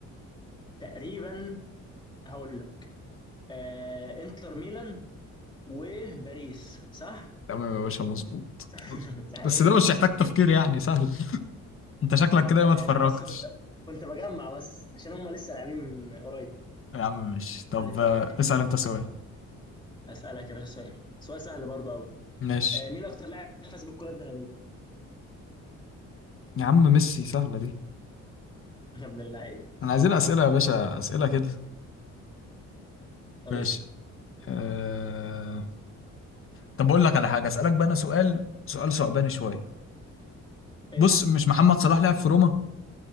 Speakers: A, on the left; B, on the left.
A: تقريبا هقول لك آه انتر ميلان وباريس صح
B: تمام يا باشا مظبوط
A: <laughs> صحيح
B: بس ده مش يحتاج تفكير يعني سهل انت شكلك كده
A: آه
B: ما اتفرجتش
A: لا بس كنت كنت بجمع بس عشان هم لسه لاعبين من قريب
B: يا عم ماشي طب
A: اللي فات
B: آه،
A: تقريبا
B: اسأل انت سؤال
A: هسألك يا باشا سؤال سؤال سهل برضه قوي
B: ماشي
A: آه مين اكتر لاعب فاز بالكره الذهبيه
B: يا عم ميسي سهلة دي
A: <laughs> يا ابن اللعيبه
B: انا عايزين اسئلة يا باشا اسئلة كده
A: طب
B: ماشي
A: اسأل
B: أه... طب اقول لك على حاجة اسألك بقى انا سؤال سؤال صعباني شوية
A: اسأل
B: بص مش محمد صلاح لعب في روما